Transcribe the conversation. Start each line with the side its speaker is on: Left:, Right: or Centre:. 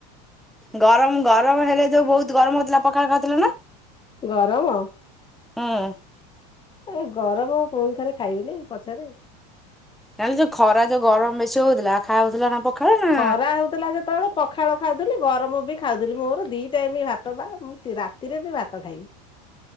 Centre: ଗରମ ଗରମ ହେଲେ ଯୋଉ ବହୁତ ଗରମ ହଉଥିଲା ପଖାଳ ଖାଉଥିଲେ ନା।
Left: ଗରମ।
Centre: ହୁଁ।
Left: ଏ ଗରମ ପୁଣି ଥରେ ଖାଇବିନି ପଛରେ।
Centre: କାଲି ଯୋଉ ଖରା ଯୋଉ ଗରମ ବେଶୀ ହଉଥିଲା ଖାଉ ଥିଲ ନା ପଖାଳ ନା?
Left: ଖରା ହଉଥିଲା ଯେତେବେଳେ ପ ପଖାଳ ଖାଉଥିଲି ଗରମ ବି ଖାଉଥିଲି ମୋର ଦି ଟାଇମ୍ ଭାତ ବା ମୁଁ ରାତିରେ ବି ଭାତ ଖାଇବି।